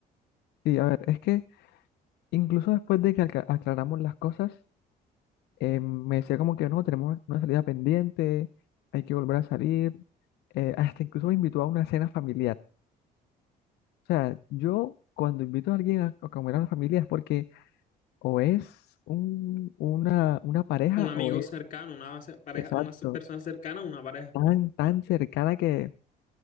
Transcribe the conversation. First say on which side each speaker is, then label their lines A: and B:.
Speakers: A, on the left; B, on the left.
A: Sí, a ver, es que incluso después de que alca- aclaramos las cosas, eh, me decía como que no, tenemos una salida pendiente, hay que volver a salir. eh, hasta incluso me invitó a una cena familiar. O sea, yo cuando invito a alguien a, a comer a una familia es porque o es un- una, una pareja
B: Un amigo
A: o es,
B: cercano, una ce- pareja,
A: exacto,
B: una ce- persona cercana, una pareja,
A: tan, tan cercana que,